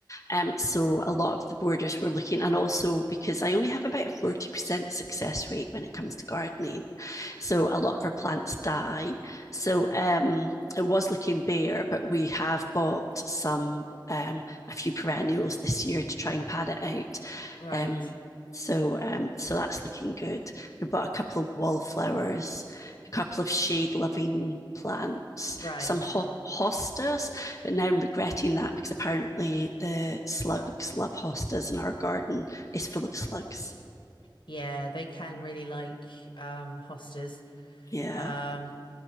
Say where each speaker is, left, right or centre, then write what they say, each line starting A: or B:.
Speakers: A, on the left (about 40°); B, on the left (about 75°).
A: Um, so a lot of the borders we're looking, and also because I only have about a 40% success rate when it comes to gardening. So a lot of our plants die. So um, it was looking bare, but we have bought some um, a few perennials this year to try and pad it out.
B: right,
A: Um, so um, so that's looking good. We bought a couple of wallflowers, a couple of shade-loving plants,
B: right.
A: some ho- hostas, but now I'm regretting that because apparently the slugs love hostas, and our garden is full of slugs.
B: Yeah, they can really like um hostas.
A: Yeah,
B: Um,